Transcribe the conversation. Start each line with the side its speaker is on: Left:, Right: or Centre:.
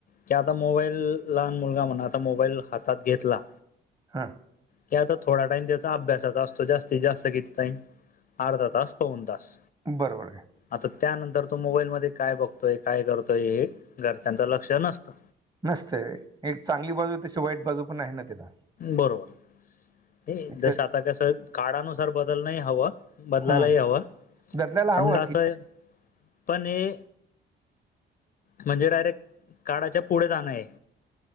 Left: की आता मोबाईल लहान मुलगा म्हणा आता मोबाईल हातात घेतला
Right: हा
Left: की आता थोडा टाइम त्याचा अभ्यासाचा असतो जास्तीत जास्त किती टाईम अर्धा तास पाऊण तास
Right: बरोबर का
Left: आता त्यानंतर तो मोबाईलमध्ये काय बघतोय काय करतोय हे घरच्यांच लक्ष नसतं
Right: नसतय एक चांगली बाजू तशी वाईट बाजू पण आहे ना तिला
Left: बरोबर नाही जस
Right: ते
Left: आता कस काळानुसार बदलनही हवं बदलायला
Right: हम्म.
Left: ही हवं
Right: बदलायला
Left: पण
Right: हवं
Left: का असं
Right: ठीक
Left: आहे पण हे म्हणजे डायरेक्ट काळाच्या पुढे जाणं आहे.